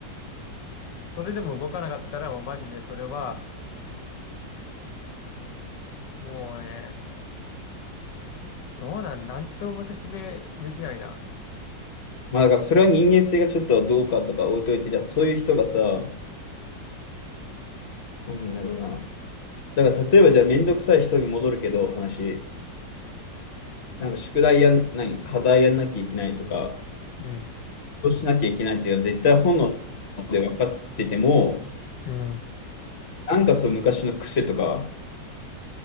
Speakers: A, on the left; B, on the left.
A: それでも動かなかったら、もうマジでそれは、もうね、どうなん、なんとも説明できないな。
B: まあ、だからそれは人間性がちょっとはどうかとか置いといて、じゃあそういう人がさ、なんだろうな。だから例えばじゃあめんどくさい人に戻るけど、話。なんか宿題やん、何、課題やんなきゃいけないとか、
A: うん。
B: どうしなきゃいけないっていうのは絶対本能で分かってても、
A: うん。
B: なんかその昔の癖とか